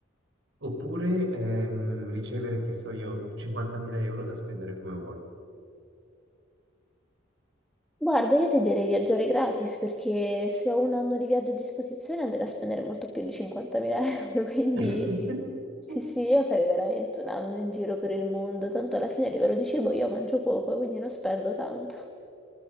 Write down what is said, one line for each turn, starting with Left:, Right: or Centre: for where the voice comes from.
Right: oppure ehm, ricevere, che so io, 50.000 euro da spendere come vuoi.
Centre: Guarda, io ti direi viaggiare gratis perché se ho un anno di viaggio a disposizione andrei a spendere molto più di 50.000 euro, <laughs> quindi
Right: <laughs>
Centre: sì, sì, io farei veramente un anno in giro per il mondo, tanto alla fine a livello di cibo io mangio poco, quindi non spendo tanto.